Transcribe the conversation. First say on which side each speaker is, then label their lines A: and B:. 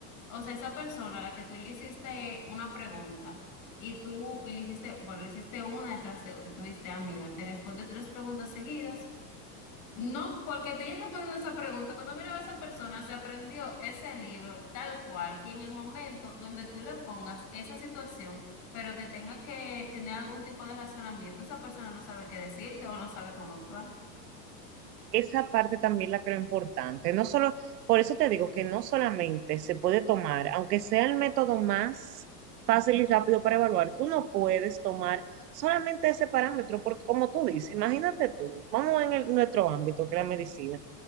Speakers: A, on the left; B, on the right.
A: O sea, esa persona a la que tú le hiciste una pregunta y tú le hiciste, bueno, le hiciste una detrás de otra, tuviste, ah, mira, te responde tres preguntas seguidas. No, porque te hayas respondido esa pregunta. Cuando miraba a esa persona, se aprendió ese libro tal cual. Y en el momento donde tú le pongas esa situación, pero que tenga que tener algún tipo de razonamiento, esa persona no sabe qué decirte o no sabe cómo actuar.
B: Esa parte también la creo importante. No solo, por eso te digo que no solamente se puede tomar, aunque sea el método más fácil y rápido para evaluar, tú no puedes tomar solamente ese parámetro, porque como tú dices, imagínate tú, vamos en el- nuestro ámbito, que es la medicina,